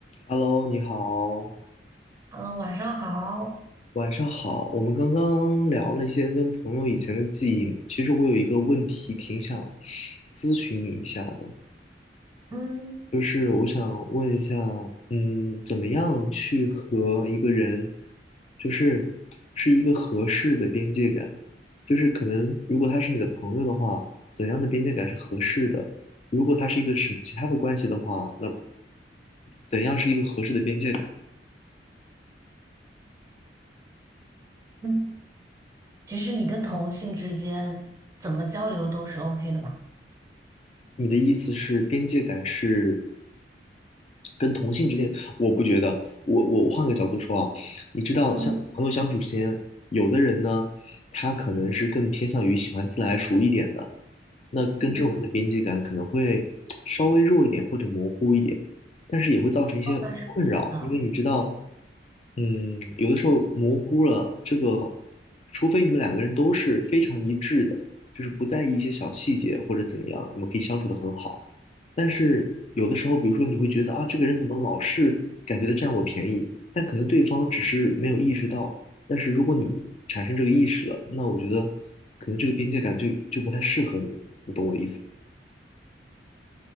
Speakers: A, on the left; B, on the right.
A: Hello，你好，
B: Hello，晚上好。
A: 晚上好。我们刚刚聊了一些跟朋友以前的记忆，其实我有一个问题挺想咨询你一下的，
B: 嗯
A: 就是我想问一下，嗯，怎么样去和一个人，就是是一个合适的边界感，就是可能如果他是你的朋友的话，怎样的边界感是合适的？如果他是一个什么其他的关系的话，那嗯怎样是一个合适的边界感？
B: 嗯，其实你跟同性之间怎么交流都是 OK 的吧？
A: 你的意思是边界感是？跟同性之间，我不觉得。我我我换个角度说啊，你知道，
B: 嗯
A: 像朋友相处之间，有的人呢，他可能是更偏向于喜欢自来熟一点的，那跟这种人的边界感可能会稍微弱一点或者模糊一点，
B: 嗯，
A: 但是也会造成一些困扰，
B: 当然是啊，
A: 因为你知道，嗯，有的时候模糊了这个，除非你们两个人都是非常一致的，就是不在意一些小细节或者怎样，你们可以相处得很好。但是有的时候，比如说你会觉得啊，这个人怎么老是感觉他占我便宜，但可能对方只是没有意识到。但是如果你产生这个意识了，那我觉得可能这个边界感就就不太适合你，你懂我的意思吗？